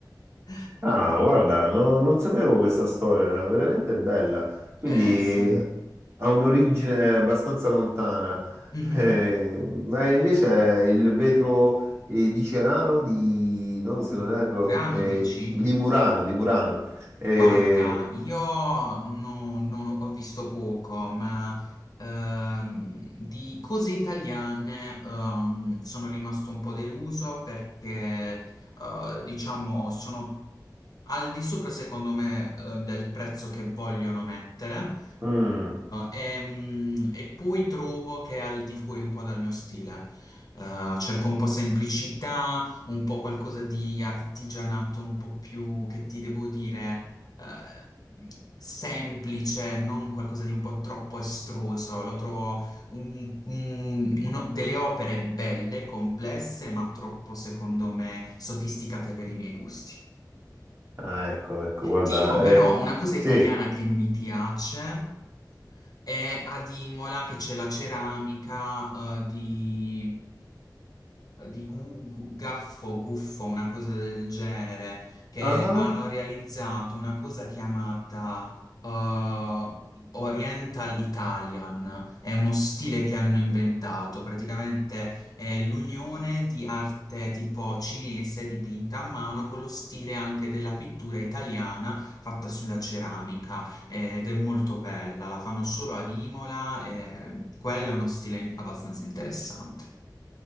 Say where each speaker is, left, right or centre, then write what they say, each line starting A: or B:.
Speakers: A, on the left; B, on the right.
A: <laughs>
B: Ah, guarda, no- non sapevo questa storia, è veramente bella. Quindi
A: Eh sì.
B: ha un'origine abbastanza lontana,
A: Mhm.
B: Eh, ma invece il vetro eh, di Cerano, di, no, se
A: U-
B: non erro,
A: Urano,
B: eh,
A: dici?
B: di Murano, di Murano. Eh,
A: Guarda, io non, non ho ho visto poco, ma ehm, di cose italiane ehm, sono rimasto un po' deluso perché, eh, diciamo, sono al di sopra, secondo me, eh, del prezzo che vogliono mettere.
B: mm,
A: eh, e, mm, e poi trovo che è al di fuori un po' dal mio stile. Eh, cerco un po' semplicità, un po' qualcosa di artigianato, un po' più, che ti devo dire, eh, semplice, non qualcosa di un po' troppo estruso. Lo trovo un- un- uno- delle opere belle, complesse, ma troppo, secondo me, sofisticate per i miei gusti.
B: ah, ecco, ecco, guarda,
A: Tipo, però,
B: eh,
A: una cosa
B: sì,
A: italiana che mi piace è ad Imola che c'è la ceramica, eh, di di gu- gu- gaffo, guffo, una cosa del genere, che
B: ah,
A: hanno realizzato una cosa chiamata eh, Oriental Italian. È uno stile che hanno inventato, praticamente è l'unione di arte tipo cinese dipinta a mano con lo stile anche della pittura italiana fatta sulla ceramica eh, ed è molto bella, la fanno solo ad Imola e quello è uno stile abbastanza interessante.